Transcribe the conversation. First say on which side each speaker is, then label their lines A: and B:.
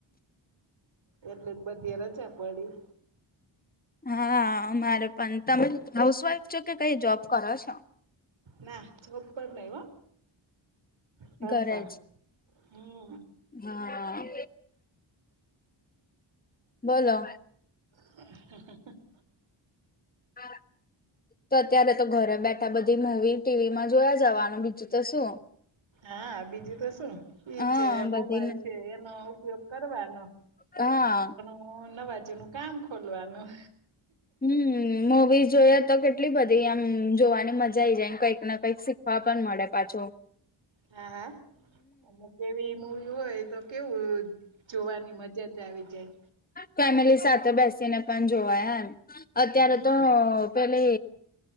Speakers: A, on the right; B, on the left.
A: એટલે જ બધી રજા પડી.
B: હા અમારે પણ તમે હાઉસવાઈફ છો કે કઈ જોબ કરો છો?
A: ના જોબ પર નહી હો. ઘર
B: ઘરે
A: પર
B: જ
A: હમ
B: હા. બોલો
A: હા
B: હા તો અત્યારે તો ઘરે બેઠા બધી મુવી ટીવી માં જોયા જવાનું બીજું તો શું?
A: હા બીજું તો શું? ઈ
B: હા
A: છે
B: બધીને
A: મોબાઈલ છે એનો ઉપયોગ કરવાનો.
B: હા
A: હ નવાજુનું કામ ખોલવાનું.
B: હમ મુવીઝ જોઈએ તો કેટલી બધી આમ જોવાની મજા આઈ જાય. કંઈક ના કંઈક શીખવા પણ મળે પાછો.
A: હા હા અને કેવી મૂવી હોય તો કેવું જોવાની મજા મજેય આવિ જાય.
B: ફેમિલી સાથે બેસીને પણ જોવાયા એમ અત્યારે
A: હમ
B: તો પેલે?